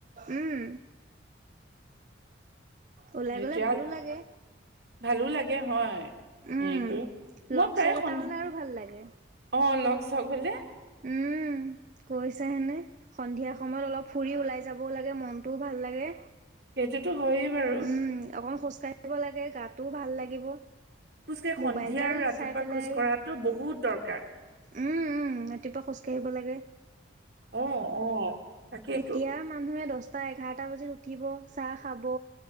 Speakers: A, on the right; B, on the right.
A: উম, ওলাই
B: সেইটোৱে
A: গ'লে ভালো
B: আৰু
A: লাগে।
B: ভালো হয় হে কৰ
A: উম।
B: মই
A: লগ
B: প্ৰায়
A: চগ এটা
B: শনি
A: হ'লে আৰু ভাল লাগে
B: অ লগ চক হ'লে।
A: উম, কৈছা হেনে সন্ধিয়া সময়ত অলপ ফুৰি ওলাই যাব। ব লাগে মনটো ভাল লাগে।
B: সেইটোতো হয়েই বাৰু
A: উম অকমান খোজ খোজঢ়িব লাগে গাটোও ভাল লাগিব।
B: খোজকাঢ়ি
A: মোবাইলডাল
B: সন্ধিয়া আৰু ৰাতিপুৱা
A: চাই পেলাই
B: খোজ কঢ়াতটো বহুত দৰকাৰ।
A: উম - উম ৰাতিপুৱা খোজ কাঢ়িব লাগে।
B: অ অ তাকেইতো
A: এতিয়া মানুহে দহ টা এঘাৰটা বজাত উঠিব, চাহ খাব